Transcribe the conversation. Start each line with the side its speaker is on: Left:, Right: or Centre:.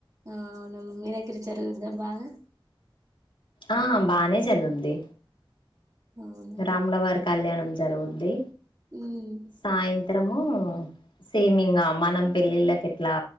Right: ఆ అవున మీ దగ్గరా జరుగుద బాగా
Left: ఆ బానే జరుగుదీ
Right: అవునా
Left: రాములవారి కళ్యాణం జరుగుద్ది
Right: మ్
Left: సాయంత్రము సేమింగా మనం పెళ్ళిళ్ళకి ఎట్లా